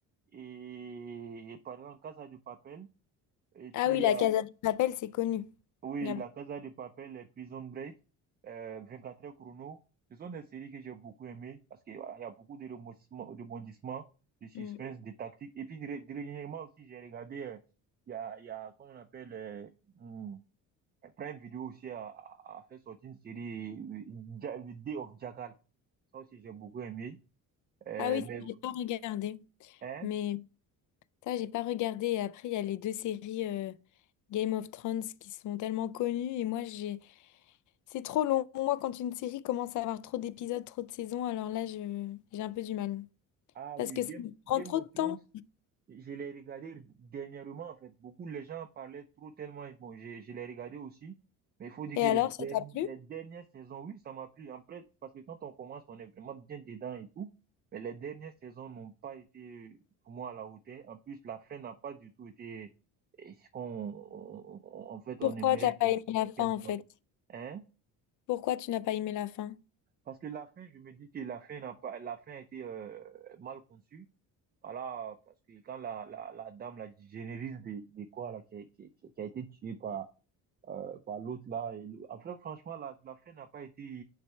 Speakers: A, on the right; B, on the left.
A: et, et par exemple, Casa de Papel. Et puis,
B: Ah oui,
A: il
B: la
A: y a-
B: Casa de Papel, c'est connu.
A: oui,
B: Il y a-
A: la Casa de Papel, et Prison Break, euh, 24 heures chrono. Ce sont des séries que j'ai beaucoup aimées parce qu'il y a il y a beaucoup de rebondissements, rebondissements, de suspense,
B: Mm.
A: de tactique Et puis, dé- dernièrement aussi, j'ai regardé, euh, il y a, il y a, comment on appelle, euh, hmm, Prime Video aussi a, a- a fait sortir une série, euh, Ja- The Day of Jackal. Ça aussi, j'ai beaucoup aimé. Euh,
B: Ah oui, ça,
A: mais,
B: j'ai pas regardé.
A: hein?
B: Mais ça, j'ai pas regardé. Et après, il y a les deux séries euh, Game of Thrones qui sont tellement connues. Et moi, j'ai C'est trop long. Moi, quand une série commence à avoir trop d'épisodes, trop de saisons, alors là, je, j'ai un peu du mal.
A: Ah
B: Parce
A: oui,
B: que
A: Game,
B: ça me prend
A: Game
B: trop
A: of
B: de
A: Thrones.
B: temps.
A: Je l'ai regardé dernièrement, en fait. Beaucoup, les gens parlaient trop tellement. Bon, je, je l'ai regardé aussi. Mais il faut dire
B: Et
A: que
B: alors,
A: les,
B: ça
A: derni-
B: t'a plu?
A: les dernières saisons, oui, ça m'a plu. Après, parce que quand on commence, on est vraiment bien dedans et tout. Mais les dernières saisons n'ont pas été, pour moi, à la hauteur. En plus, la fin n'a pas du tout été eh, ce qu'on, on- on- en fait,
B: Pourquoi
A: on aimerait
B: t'as pas
A: qu'elle
B: aimé la fin,
A: qu'elle
B: en
A: soit.
B: fait?
A: Hein?
B: Pourquoi tu n'as pas aimé la fin?
A: Parce que la fin, je me dis que la fin n'a pas, la fin a été euh, mal conçue. Voilà, parce que quand la, la, la dame, la génériste des des quoi, là, qui, qui, qui qui a été tuée par, euh, par l'autre, là, et l'au- après, franchement, la, la fin n'a pas été